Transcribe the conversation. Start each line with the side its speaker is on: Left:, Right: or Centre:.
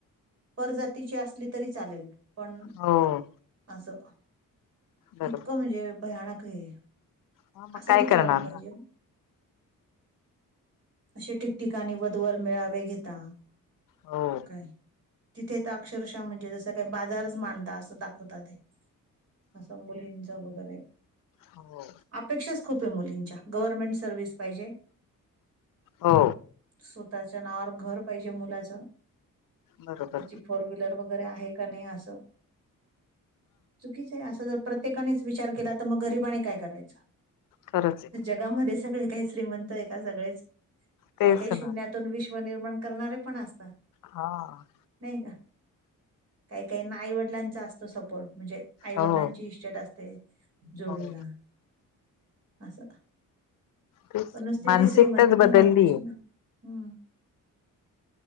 Right: परजातीची असली तरी चालेल. पण
Left: हो
Right: असं
Left: बरोबर
Right: इतकं म्हणजे भयानक हे- -
Left: ह मग
Right: असं
Left: काय
Right: नी करायल
Left: करणार
Right: पायजे ना? अशे ठिकठिकाणी वध वर मेळावे घेता.
Left: हो
Right: काय- - तिथे त अक्षरशः म्हणजे जसं काय बाजारच मांडता असं दाखवता ते. असं मुलींच वैगेरे
Left: हावो
Right: अपेक्षाच खूप हे मुलींच्या गव्हर्मेंट सर्विस पायजे.
Left: हो
Right: सो- त्याच्या नावावर घर पायजे मुलाचं
Left: बरोबर
Right: त्याची फोर व्हिलर बघ वगैरे आहे का नई असं. चुकीच्- - ते असं जर प्रत्येकानेच विचार केला त मग गरिबाने काय करायचं?
Left: खरंच. आहे
Right: जगामध्ये सगळे काई श्रीमंत आहे का सगळेच --
Left: तेच
Right: काई काई शून्यातून
Left: ना
Right: विश्व निर्माण करणारे पण असतात.
Left: हां.
Right: नाई का? काईकाईंना आईवडिलांचा असतो सपोर्ट. म्हणजे आईवडिलांची
Left: हो
Right: इस्टेट असते. जोडीला
Left: हो -
Right: असं.
Left: तेच
Right: पण नुसती
Left: मानसिकताच
Right: तो श्रीमंती नाही
Left: बदललीय
Right: महत्वाची ना. हम्.